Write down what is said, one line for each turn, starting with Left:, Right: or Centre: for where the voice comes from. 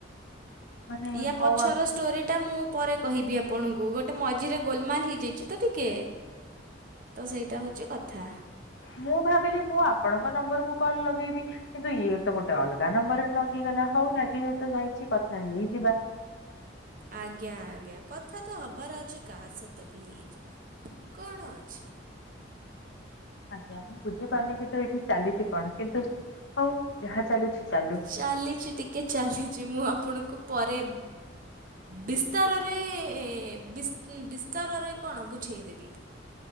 Left: ମାନେ
Right: ୟା ପଛର
Left: ହଉ ଆ
Right: ଷ୍ଟୋରିଟା ମୁଁ ପରେ କହିବି ଆପଣଙ୍କୁ ଗୋଟେ ମଝିରେ ଗୋଲମାଲ୍ ହେଇଯାଇଛି ତ ଟିକେ ତ ସେଇଟା ହଉଛି କଥା।
Left: ମୁଁ ଭାବିଲି ମୁଁ ଆପଣଙ୍କ ନମ୍ବରକୁୁ କଲ ଲଗେଇବି। କିନ୍ତୁ ଇଏ ତ ଗୋଟେ ଅଲଗା ନମ୍ବରରେ ଲଗିଗଲା ହଉ ଲାଗିଯାଇତ ଯାଇଛି କଥା ହେଇଯିବା।
Right: ଆଜ୍ଞା ଆଜ୍ଞା କଥା ତ ହବାର ଅଛି କାହା ସହିତ ବି ହେଇଯିବା। କଣ ଅଛି।
Left: ଆଜ୍ଞା ମୁଁ ବୁଝିପାରୁନି କିନ୍ତୁ ଏଇଠି ଚାଲିଛି କଣ କିନ୍ତୁ ହଉ ଯାହା ଚାଲିଛି ଚାଲୁ।
Right: ଚାଲିଛି ଟିକ କି ଚାଲିଛି ମୁଁ ଆପଣଙ୍କୁ ପରେ ବିସ୍ତାରରେ ବିସ୍ତାରରେ କଣ ବୁଝେଇଦେବି?